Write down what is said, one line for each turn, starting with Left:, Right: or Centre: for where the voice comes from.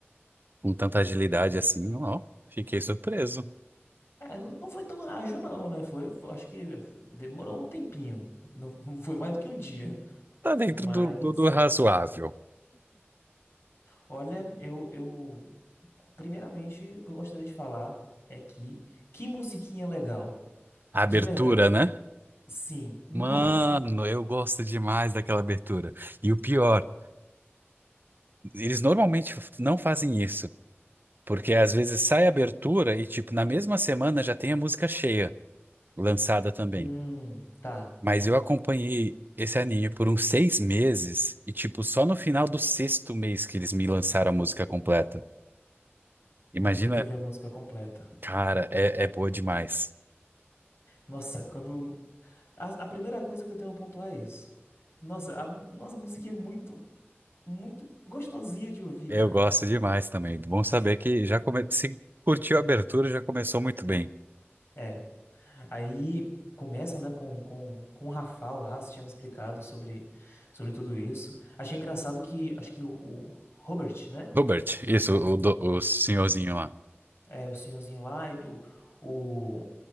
Right: com tanta agilidade assim. Ó, fiquei surpreso.
Left: É, não, não foi tão ágil, não, né? Foi, foi- acho que demorou um tempinho. Não, <laughs> foi mais do que um dia.
Right: Tá dentro
Left: Mas.
Right: do, do, do razoável.
Left: Olha, eu, eu. Primeiramente, o que eu gostaria de falar é que. Que musiquinha legal.
Right: A abertura,
Left: De verdade.
Right: né?
Left: Sim. Nossa.
Right: Mano, eu gosto demais daquela abertura. E o pior, eles normalmente não fazem isso, porque às vezes sai a abertura e, tipo, na mesma semana já tem a música cheia. lançada também.
Left: Hum, tá.
Right: Mas eu acompanhei esse anime por uns seis meses e, tipo, só no final do sexto mês que eles me lançaram a música completa. Imagina,
Left: Eu vou ter que ouvir a música completa.
Right: cara, é, é boa demais.
Left: Nossa, quando. A, a primeira coisa que eu tenho a pontuar é isso. Nossa, a, mu- nossa, a música é muito, muito gostosinha de ouvir,
Right: Eu
Left: cara.
Right: gosto demais também. Bom saber que já come... se curtiu a abertura, já começou muito bem.
Left: É. Aí começa, né, com, com, com o Rafael lá, você tinha me explicado sobre, sobre tudo isso. Achei engraçado que. Acho que o, o Robert, né?
Right: Robert, isso, o, do- o senhorzinho lá.
Left: É, o senhorzinho lá, ele, o, o,